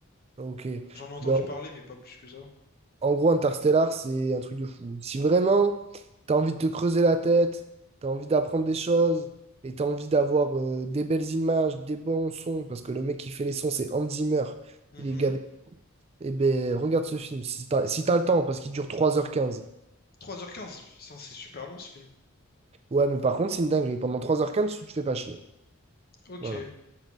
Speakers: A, on the right; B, on the left.
A: Ok.
B: J'en ai entendu
A: Ben,
B: parler, mais pas plus que ça.
A: En gros, Interstellar, c'est un truc de fou. Si vraiment tu as envie de te creuser la tête, tu as envie d'apprendre des choses et tu as envie d'avoir euh, des belles images, des bons sons, parce que le mec qui fait les sons, c'est Hans Zimmer,
B: Mhm.
A: il est gavé. Eh ben, regarde ce film, si t'as, si t'as le temps, parce qu'il dure trois heures quinze.
B: 3h15, putain, c'est super long ce film.
A: Ouais, mais par contre, c'est une dinguerie. Pendant trois heures quinze, tu te fais pas chier.
B: Ok.
A: Voilà,